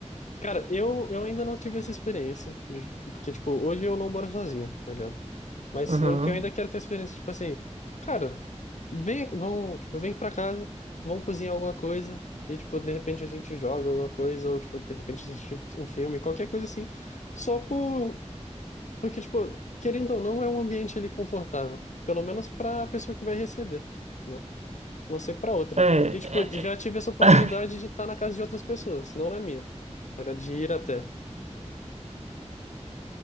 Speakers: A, on the left; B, on the right.
A: Cara, eu, eu ainda não tive essa experiência, de- porque, tipo, hoje eu não moro sozinho, tá ligado? Mas
B: Uhum.
A: eu que eu ainda quero ter experiência, tipo assim, cara, vem, vão, tipo, vem pra casa, vão cozinhar alguma coisa, e, tipo, de repente a gente joga alguma coisa, ou, tipo, de repente assiste um filme, qualquer coisa assim, só por, porque, tipo, querendo ou não, é um ambiente ali confortável, pelo menos pra pessoa que vai receber, né? Não sei pra outra.
B: É,
A: E, tipo, já tive essa oportunidade
B: é, <laughs>
A: de estar na casa de outras pessoas, não na minha, era de ir até.